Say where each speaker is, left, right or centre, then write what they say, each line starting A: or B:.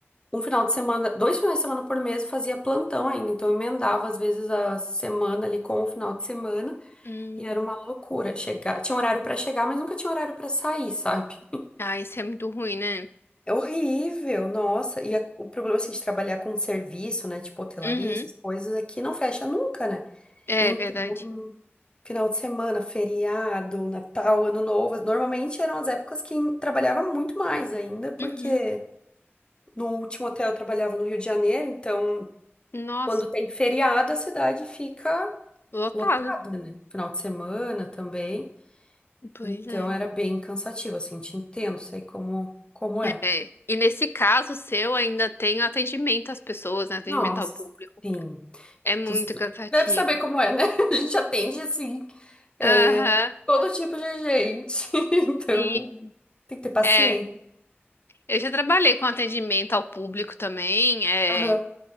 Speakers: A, on the left (about 20°); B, on the left (about 65°).
A: um final de semana, dois finais de semana por mês eu fazia plantão ainda, então eu emendava às vezes a semana ali com o final de semana.
B: Hum.
A: E era uma loucura chegar. Tinha horário pra chegar, mas nunca tinha horário pra sair, sabe?
B: Ah, isso é muito ruim, né?
A: É horrível, nossa. E a- o problema assim de trabalhar com serviço, né, tipo hotelaria,
B: Uhum.
A: essas coisas aqui não fecha nunca, né?
B: É
A: Então,
B: verdade.
A: final de semana, feriado, Natal, Ano Novo, normalmente eram as épocas que trabalhava muito mais ainda, porque
B: Uhum.
A: no último hotel eu trabalhava no Rio de Janeiro, então
B: Nossa,
A: quando tem feriado a cidade fica
B: lotado.
A: lotada, né? Final de semana também.
B: Pois
A: Então
B: é.
A: era bem cansativo, assim, te entendo, sei como, como é.
B: É. E nesse caso seu, ainda tem o atendimento às pessoas, né? Atendimento
A: Nossa.
B: ao público.
A: Sim,
B: É muito
A: tu s- tu
B: cansativo.
A: deve saber como é, né? <laughs> A gente atende, assim, é,
B: Aham.
A: todo tipo de gente, <laughs> então
B: Sim.
A: tem que ter paciência.
B: É. Eu já trabalhei com atendimento ao público também. É.
A: Aham.